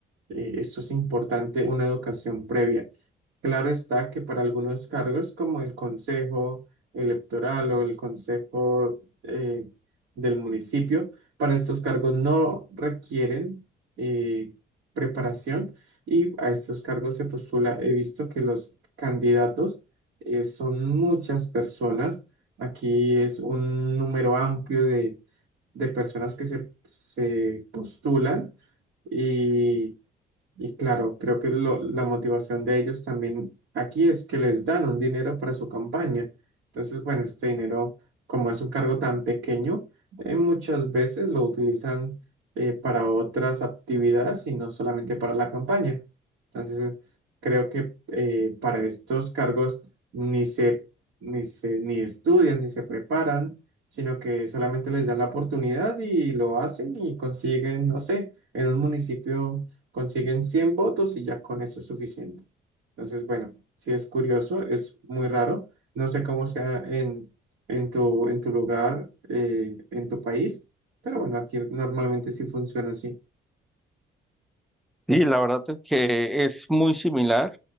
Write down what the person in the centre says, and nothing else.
Y la verdad es que es muy similar.